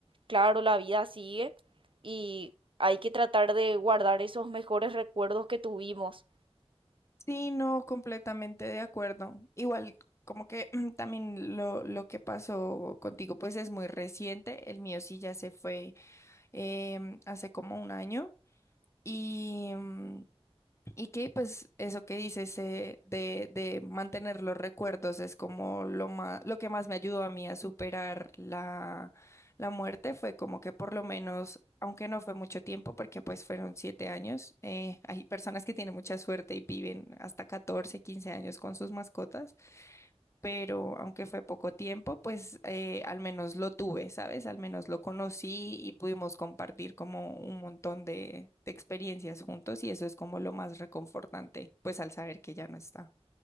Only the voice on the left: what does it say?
Sí, no, completamente de acuerdo. Igual, como que <clears throat> también lo, lo que pasó contigo, pues es muy reciente. El mío sí ya se fue em, hace como un año. Y, mm, y que pues eso que dices eh, de, de mantener los recuerdos es como lo más, lo que más me ayudó a mí a superar la, la muerte fue como que por lo menos, aunque no fue mucho tiempo, porque pues fueron siete años, eh, hay personas que tienen mucha suerte y viven hasta 14 15 años con sus mascotas pero aunque fue poco tiempo, pues eh, al menos lo tuve, ¿sabes? Al menos lo conocí y pudimos compartir como un montón de, de experiencias juntos y eso es como lo más reconfortante, pues al saber que ya no está.